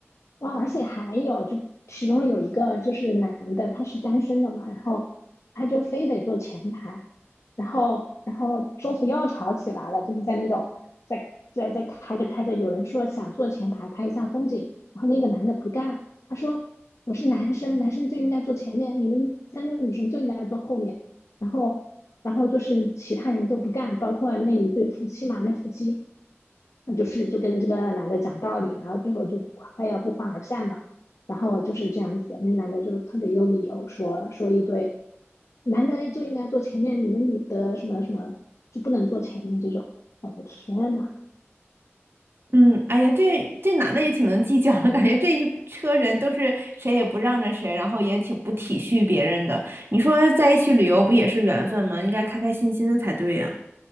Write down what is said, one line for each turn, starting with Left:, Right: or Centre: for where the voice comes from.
Left: 哇，而且还有，就其中有一个就是男的，他是单身的嘛，然后他就非得坐前排，然后然后中途又吵起来了，就是在那种在在在开着开着，有人说想坐前排拍一下风景，然后那个男的不干，他说我是男生，男生就应该坐前面，你们三个女生就应该坐后面，然后然后就是其他人都不干，包括那一对夫妻嘛，那夫妻那就是就跟这个男的讲道理，然后最后就快要不欢而散了。然后就是这样子，那男的就特别有理由说说一堆，男的就应该坐前面，你们女的什么什么就不能坐前面这种。我的天呐，
Right: 嗯，哎呀，这这男的也挺能计较的，感觉这一车人都是谁也不让着谁，然后也挺不体恤别人的。你说在一起旅游不也是缘分吗？应该开开心心的才对呀。